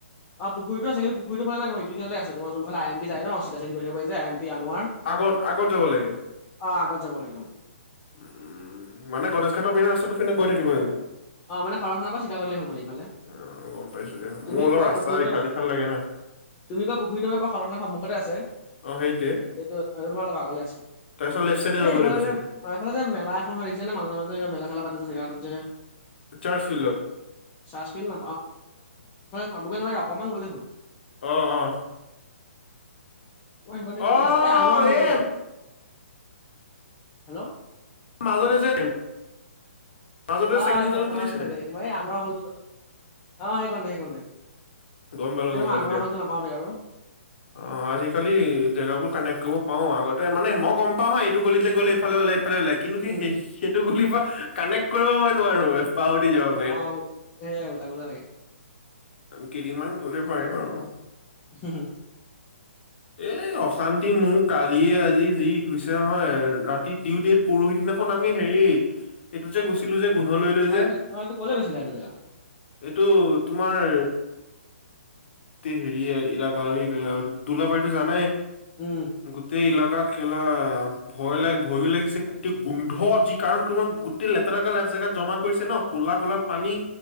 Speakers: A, on the left; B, on the left.
A: অ' পুখুৰটো আছে কিন্তু পুখুৰীটোৰ ফালে নাই তোমাৰ ইটোযিঅলে আছে তোমাৰ যোনফালে আই এম পি যায় ন চিধা চিধি গৈ থাকিব পাৰি যে আই এম পি আনোৱাৰ।
B: আগত আগত যাব লাগে?
A: অ' আগত যাব লাগে।
B: উম মানে গণেশ ঘাটৰ পিনে ৰাস্তাটো ফিনে গৈ থাকিব লাগিব?
A: অ' মানে সদৰ থানাৰ পৰা চিধা গলেই হ'ল মানে ইফালে,
B: অ গম পাইছো দিয়া মোৰ
A: তুমি
B: অলপ
A: কোৱা
B: ৰাস্তা
A: পুখুৰীটো
B: ইফাল সিফাল লাগে না
A: তুমি কোৱা পুখুৰীটো মানে পোৰা সদৰ থানাৰ সন্মুতে আছে।
B: অ সেইটোৱে
A: এইটো সেইটো তোমাৰ অলপ আগলে আছে,
B: তাৰপিছত লেফ্ট চাইডে
A: সেই
B: যাব
A: এফালে
B: লাগিব
A: যে
B: চাগে
A: অ' এইফালে যে মেলা এখন হয় দেখিছানে? মাজে মাজে মেলা ছেলা পাতে জেগা এটাত যে।
B: চাৰ্জফিল্ডত?
A: <unintelligible> সেইফালে পাবগৈ নালাগে অকমান গ'লেই হ'ল।
B: অ' অ'।
A: তোমাৰ সেই কানতে কি
B: অ
A: আছে এ আনোৱাৰ হলটো
B: এ
A: যে হেল্ল'
B: মাজতে যে মাজতে
A: অ
B: ছেকেণ্ড
A: সেইকন
B: কল খুলিছিলে
A: অ সেইকনতে এ তোমাৰ এই আনোৰা হ'লটো ওচৰত অ সেইকনটে সেইকনটে
B: গম পালোঁ,
A: এ
B: গম
A: তোমাৰ
B: পালোঁ
A: মই আনোৱাৰ
B: দিয়া।
A: হ'লটো নাপাওঁ তে আৰু
B: অ আজি-কালি জেগাবোৰ কানেক্ট কৰিব পাৰো আগতে মানে মই গম পাওঁ হয় এইটো গলিলে গ'লে এইফালে ওলাই এইফাল ওলাই কিন্তু সেই
A: উম
B: সেইখ-
A: উম
B: সেইটো গলিৰ পৰা কানেক্ট কৰিবই নোৱাৰো। পাহৰি যাওঁ।
A: অ সে উলটা পুলটা লাগে
B: কেইদিনমান গ'লে পাৰিম আৰু।
A: হু হু
B: এ অশান্তি মো কালিয়ে আজি যি ঘুইছে নহয় ৰাতি তিও দে পৰহি দিনাখন আমি হেৰি এইটো যে গৈচিলো যে গোন্ধ লৈ লৈ যে
A: অ অ এইটো কলৈ গৈছিলা এইটো জেগা
B: এইটো তোমাৰ <unintelligible> হেৰি <unintelligible> তোলা বাইতো জানাই
A: উম
B: গোটেই এলেকা কেলাম ভয় লাগ ভইয়ো লাগিছে গোটেই গোন্ধ যি কাৰণ তোমাৰ গোটেই লেতেৰা গাল এক জেগাত জমা কৰিছে ন ক'লা ক'লা পানী